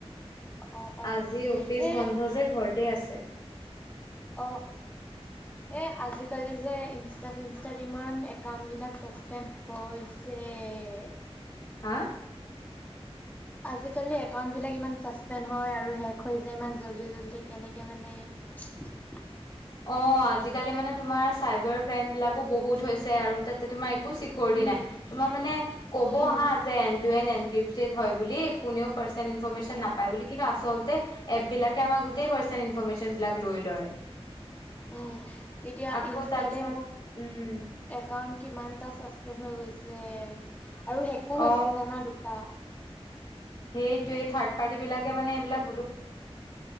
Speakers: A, on the left; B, on the left.
A: অ অ
B: আজি অফিচ
A: এ
B: বন্ধ যে ঘৰতে আছে
A: অ এ আজিকালি যে ইনষ্টা চিনষ্টাত ইমান একাউন্ট বিলাক চাচপেণ্ড হৈছে উম
B: হা
A: আজিকালি একাউন্ট বিলাক ইমান চাচপেণ্ড হয় আৰু হেক হৈ যায় ইমান জল্দি জল্দি কেনেকে মানে <unintelligible>
B: অ আজিকালি মানে তোমাৰ চাইবাৰ ক্ৰাইম বিলাকো বহুত হৈছে আৰু তাতে তোমাৰ একো চিকৰিটি
A: উম
B: নাই তোমাৰ মানে কব
A: উম
B: হা যে এনপেকিটেড হয় বুলি কোনেও পাৰ্চ ইেশচন
A: উম
B: নাপ বুলি কিন্তু আচলতে এ বিলাকে আমাৰ গোট ইনফৰমিছন বিলাক লৈ লয়
A: এ ইতে
B: আকৌ তাৰপিছত
A: পে
B: উম
A: হৈ গৈছে আৰু হেকো
B: অ
A: হৈছে জানা দুটা
B: সেইটোৱে থাৰ্ড পাৰ্টিবিলাকে মানে এইিলাক